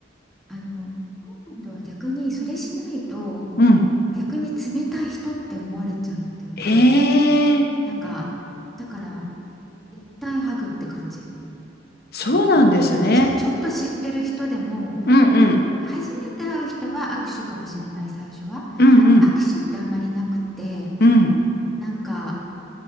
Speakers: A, in the centre; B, on the left.
A: あの、ポーランドは逆にそれしないと
B: うん。
A: 逆に冷たい人って思われちゃうっていうか、
B: へえ。
A: なんか、だから絶対ハグって感じ。
B: そうなんですね。
A: あの、ちょ、ちょっと知ってる人でも、
B: うんうん。
A: もうい、初めて会う人は握手かもしれない最初は。
B: うんうん
A: でも握手ってあんまりなくて、
B: うん。
A: なんか、